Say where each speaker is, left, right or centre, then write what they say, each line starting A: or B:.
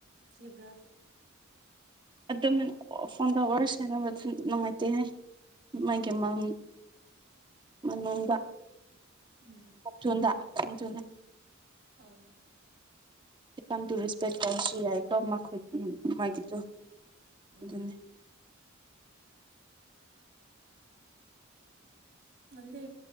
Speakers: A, on the right; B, on the right.
A: ꯀꯤꯕ꯭ꯔꯥ
B: ꯑꯗꯨꯃꯥꯏꯅ ꯑꯣ ꯐꯣꯟꯗꯋꯥꯔꯤ ꯁꯥꯅꯕꯗ ꯅꯨꯡꯉꯥꯏꯇꯦꯍꯦ ꯃꯥꯒꯤ ꯃꯝ ꯃꯅꯨꯡꯗ
A: ꯎꯝ
B: ꯃꯆꯨꯟꯗ ꯆꯨꯝ ꯆꯨꯅꯦ
A: ꯑꯧ
B: ꯈꯤꯇꯪ ꯗꯨ ꯔꯤꯁꯄ‌ꯦꯛ ꯇꯧꯔꯁꯨ ꯌꯥꯏꯀꯣ ꯃꯈꯣꯏ ꯎꯝ ꯃꯥꯒꯤꯗꯨ
A: ꯎꯝ
B: ꯑꯗꯨꯅꯦ
A: ꯅꯪꯗꯤ